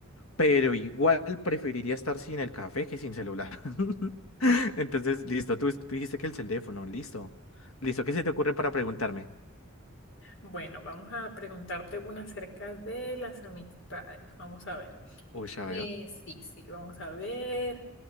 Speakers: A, on the left; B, on the left.
A: pero igual preferiría estar sin el café que sin celular. <laughs> Entonces, listo, tú, tú dijiste que el teléfono, listo. Listo, ¿qué se te ocurre para preguntarme?
B: Bueno, vamos a preguntarte una acerca de las amistades. Vamos a ver.
A: Uy, a ver.
B: Eh, sí, sí, vamos a ver.